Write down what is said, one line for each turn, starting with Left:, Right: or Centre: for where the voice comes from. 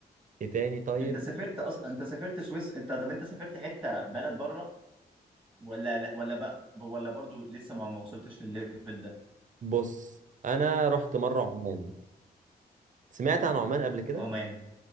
Right: ايه تاني طيب
Centre: انت سافرت اصلا انت سافرت سويس انت طب انت سافرت حته بلد بره ولا لا ولا بقى ولا برضو لسه ما ما وصلتش للليفل ده
Right: بص انا رحت مره عمان سمعت عن عمان قبل كده
Centre: عمان